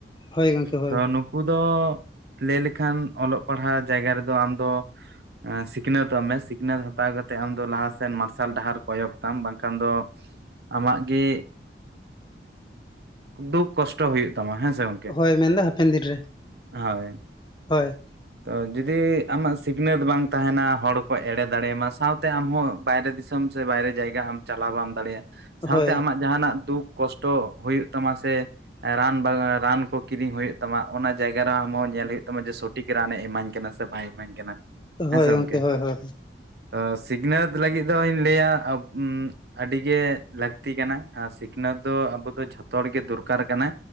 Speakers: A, on the left; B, on the right.
A: ᱦᱳᱭ ᱜᱚᱝᱠᱮ ᱦᱳᱭ
B: ᱛᱚ ᱱᱩᱠᱩ ᱫᱚ ᱞᱟᱹᱭ ᱞᱮᱠᱷᱟᱱ ᱚᱞᱚᱜ ᱯᱟᱲᱦᱟᱜ ᱡᱟᱭᱜᱟ ᱨᱮᱫᱚ ᱟᱢ ᱫᱚ ᱥᱤᱠᱷᱱᱟᱹᱛᱚᱜ ᱢᱮ ᱥᱤᱠᱷᱱᱟᱹᱛ ᱦᱟᱛᱟᱣ ᱠᱟᱛᱮᱮᱫ ᱟᱢ ᱫᱚ ᱞᱟᱦᱟ ᱥᱮᱱ ᱢᱟᱨᱥᱟᱞ ᱰᱟᱦᱟᱨ ᱠᱚᱭᱚᱜ ᱛᱟᱢ ᱵᱟᱝᱠᱷᱟᱱ ᱫᱚ ᱟᱢᱟᱜ ᱜᱮ ᱫᱩᱠ ᱠᱚᱥᱴᱚ ᱦᱩᱭᱩᱜ ᱛᱟᱢᱟ ᱦᱮᱸ ᱥᱮ? ᱜᱚᱝᱠᱮ
A: ᱦᱳᱭ ᱢᱮᱱ ᱫᱚ ᱦᱟᱯᱮᱱ ᱫᱤᱱ ᱨᱮ᱾
B: ᱦᱳᱭ
A: ᱦᱳᱭ
B: ᱛᱚ ᱡᱩᱫᱤ ᱟᱢᱟᱜ ᱥᱤᱠᱷᱱᱟᱹᱛ ᱵᱟᱝ ᱛᱟᱦᱮᱱᱟ ᱦᱚᱲ ᱠᱚ ᱮᱲᱮ ᱫᱟᱲᱮᱭᱟᱢᱟ ᱥᱟᱶᱛᱮ ᱟᱢᱦᱚᱸ ᱵᱟᱭᱨᱮ ᱫᱤᱥᱚᱢ ᱥᱮ ᱵᱟᱭᱨᱮ ᱡᱟᱭᱜᱟ ᱟᱢ ᱪᱟᱞᱟᱣ ᱵᱟᱢ ᱫᱟᱲᱮᱭᱟᱜᱼᱟ᱾ ᱥᱟᱶᱛᱮ
A: ᱦᱳᱭ
B: ᱟᱢᱟᱜ ᱡᱟᱦᱟᱱᱟᱜ ᱫᱩᱠ ᱠᱚᱥᱴᱚ ᱦᱩᱭᱩᱜ ᱛᱟᱢᱟ ᱥᱮ ᱨᱟᱱ ᱨᱟᱱ ᱠᱚ ᱠᱤᱨᱤᱧ ᱦᱩᱭᱩᱜ ᱛᱟᱢᱟ ᱚᱱᱟ ᱡᱟᱭᱜᱟ ᱨᱮ ᱟᱢᱦᱚᱸ ᱧᱮᱞ ᱦᱩᱭᱩᱜ ᱛᱟᱢᱟ ᱡᱮ ᱥᱚᱴᱷᱤᱠ ᱨᱟᱱᱮ ᱤᱢᱟᱹᱧ ᱠᱟᱱᱟ ᱥᱮ ᱵᱟᱭ ᱤᱢᱟᱹᱧ ᱠᱟᱱᱟ᱾ ᱦᱮᱸ
A: ᱦᱳᱭ
B: ᱥᱮ
A: ᱜᱚᱝᱠᱮ
B: ᱜᱚᱢᱠᱮ
A: ᱦᱳᱭ ᱦᱳᱭ
B: ᱛᱚ ᱥᱤᱠᱷᱱᱟᱹᱛ ᱞᱟᱹᱜᱤᱫ ᱫᱚᱧ ᱞᱟᱹᱭᱟ ᱟᱵ ᱟᱹᱰᱤᱜᱮ ᱞᱟᱹᱠᱛᱤ ᱠᱟᱱᱟ ᱟᱨ ᱥᱤᱠᱷᱱᱟᱹᱛ ᱫᱚ ᱟᱵᱚ ᱫᱚ ᱡᱷᱚᱛᱚ ᱦᱚᱲᱜᱮ ᱫᱚᱨᱠᱟᱨ ᱠᱟᱱᱟ᱾